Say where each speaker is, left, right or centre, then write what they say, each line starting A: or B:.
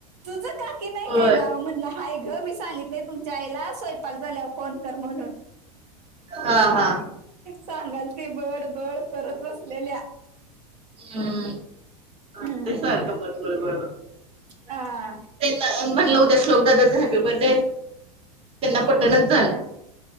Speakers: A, on the right; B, on the right.
A: तुझ काकी नाही काय
B: होय
A: नाव म्हणला हाय ग, मी सांगितलेय तुमच्या आईला स्वयंपाक झाल्यावर फोन कर म्हणून.
B: हा हा
A: सांगालती, बड बड कर बसलेल्या.
B: हम्म लई
A: हम्म
B: सारखं बड बड बड
A: हा
B: त्यांना म्हटलं उद्या श्लोक दादाचा हॅपी बर्थडे, त्यांना पटनाच.
A: हा